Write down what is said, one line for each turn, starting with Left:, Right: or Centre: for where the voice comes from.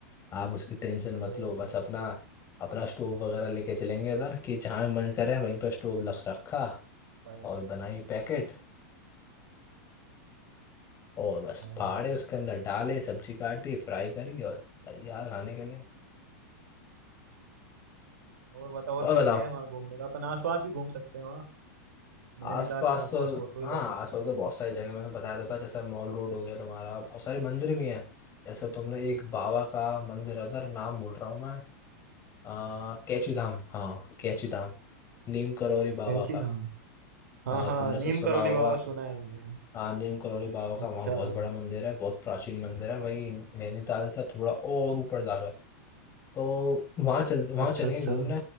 Left: आप उसकी टेंशन
Right: अरे
Left: मत लो बस
Right: बढ़िया
Left: अपना अपना स्टोव वगैरह लेके चलेंगे उधर कि जहाँ मन करे वहीं पर स्टोव रख रखा
Right: भाई मैं
Left: और बनाई पैकेट और बस
Right: भाई
Left: फाड़े
Right: बढ़िया
Left: उसके अंदर डाले सब्जी काटी फ्राई करी और तैयार खाने के लिए
Right: और बताओ और
Left: और
Right: क्या
Left: बताओ
Right: क्या है वहाँ घूमने का अपन आसपास भी घूम सकते हैं वहाँ नैनीताल
Left: आसपास
Right: के आसपास
Left: तो
Right: और कोई
Left: हाँ
Right: लोकेशन
Left: आसपास तो बहुत सारी जगह मैंने बताया तो था जैसे मॉल रोड हो गया तुम्हारा बहुत सारे मंदिर भी हैं जैसे तुमने एक बाबा का मंदिर है उधर नाम बोल रहा हूँ मैं आ, कैची धाम हाँ कैची धाम नीम करौरी बाबा
Right: कैंची
Left: का
Right: धाम हाँ
Left: हाँ
Right: हाँ
Left: तुमने
Right: नीम
Left: सब सुना
Right: करोली
Left: होगा
Right: बाबा सुना है मैंने
Left: हाँ नीम करौरी बाबा का
Right: अच्छा
Left: वहाँ बहुत बड़ा मंदिर है बहुत प्राचीन मंदिर है वहीं नैनीताल से थोड़ा और ऊपर जाकर तो वहाँ चल वहाँ
Right: अच्छा
Left: चलेंगे
Right: अच्छा
Left: घूमने